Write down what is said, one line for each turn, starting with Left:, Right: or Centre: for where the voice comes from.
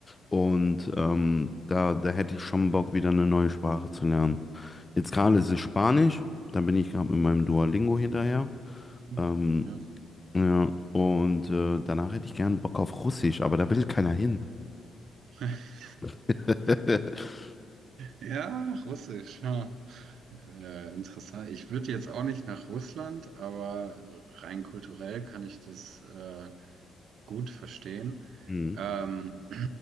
Left: Und ähm, da, da hätte ich schon Bock, wieder eine neue Sprache zu lernen. Jetzt gerade ist es Spanisch, dann bin ich gerade mit meinem Duolingo hinterher.
Right: hm,
Left: Ähm,
Right: Ja.
Left: ja, und äh, danach hätte ich gern Bock auf Russisch, aber da will keiner hin.
Right: <laughs>
Left: <laughs>
Right: Ja, Russisch. Ha. Äh, interessant. Ich würde jetzt auch nicht nach Russland, aber rein kulturell kann ich das äh, gut verstehen.
Left: Mhm.
Right: Ähm,